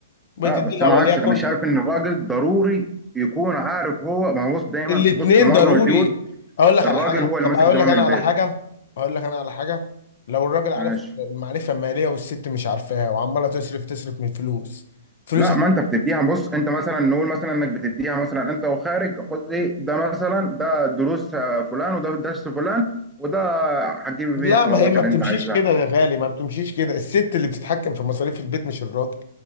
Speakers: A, on the left; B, in the centre.
A: بتدي
B: لا بس
A: لها
B: انا
A: وليكن
B: عكسك انا شايف ان الراجل ضروري يكون عارف هو ما هو بص دايما
A: الاتنين
B: بص في معظم
A: ضروري
B: البيوت
A: اقول لك
B: الراجل
A: على حاجه
B: هو اللي
A: طب
B: ماسك
A: اقول
B: زمام
A: لك انا
B: البيت
A: على حاجه اقول لك انا على حاجه لو الراجل عارف
B: ماشي
A: المعرفه الماليه والست مش عارفاها وعماله تصرف تصرف من فلوس فلوس
B: لا
A: هت-
B: ما انت بتديها بص انت مثلا نقول مثلا انك بتديها مثلا انت وخارج خد ايه ده مثلا ده دروس آه، فلان وده درس فلان وده هتجيب
A: لا
B: بيه الطلبات
A: ما هي ما
B: اللي
A: بتمشيش
B: انت عايزها
A: كده يا غالي ما بتمشيش كده الست اللي بتتحكم في مصاريف البيت مش الراجل